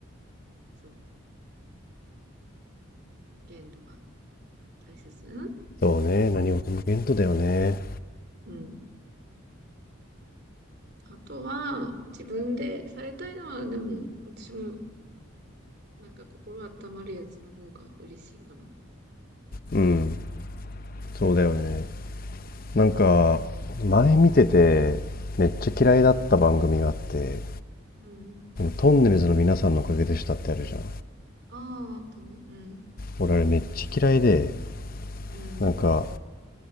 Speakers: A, on the right; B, on the left.
A: そう。限度が大切なの。
B: そうね、何事も限度だよね。
A: うん。あとは、自分でされたいのは、でも、私も、なんか心温まるやつの方が嬉しいかな。
B: うん、そうだよね。
A: うん。
B: なんか、前見てて、めっちゃ嫌いだった番組があって、
A: うん。
B: トンネルズの皆さんのおかげでしたってあるじゃん。
A: ああ、あとね、うん。
B: 俺あれめっちゃ嫌いで、
A: うん。
B: なんか、